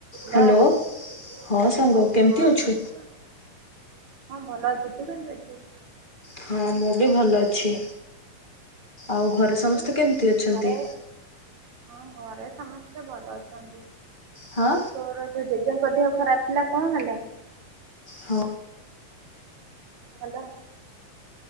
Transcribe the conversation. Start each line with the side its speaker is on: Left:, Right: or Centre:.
Right: ହାଲୋ
Left: ହ୍ୟାଲୋ ହଁ ସାଙ୍ଗ କେମିତି
Right: ହଁ
Left: ଅଛୁ?
Right: <unintelligible> ହଁ ଭଲ ଅଛି ତୁ କେମିତି ଅଛୁ?
Left: ହଁ ମୁଁ ବି ଭଲ ଅଛି ଆଉ
Right: ଭଲ
Left: ଘରେ
Right: ଅଛୁ?
Left: ସମସ୍ତେ କେମିତି ଅଛନ୍ତି?
Right: ଘରେ ହଁ ଘରେ ସମସ୍ତେ ଭଲ ଅଛନ୍ତି
Left: ହଁ
Right: ଆଉ ତୋର ଯୋଉ ଜେଜେଙ୍କ ଦେହ ଖରାପ ଥିଲା କଣ ହେଲା?
Left: ହଁ
Right: ହାଲୋ।